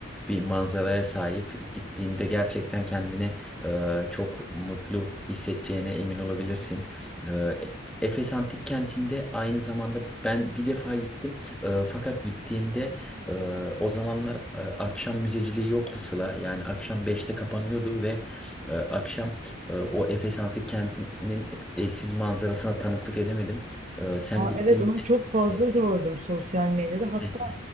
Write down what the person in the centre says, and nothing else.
bir manzaraya sahip. Gittiğinde gerçekten kendini e, çok mutlu hissedeceğine emin olabilirsin. E, E- Efes Antik Kenti'nde aynı zamanda ben bir defa gittim. E, fakat gittiğimde e, o zamanlar e, akşam müzeciliği yoktu Sıla. Yani akşam beşte kapanıyordu ve e, akşam ee, O Efes Antik Kenti'nin eşsiz manzarasına tanıklık edemedim. Ee, Sen
gittiğinde
e, e,
<laughs>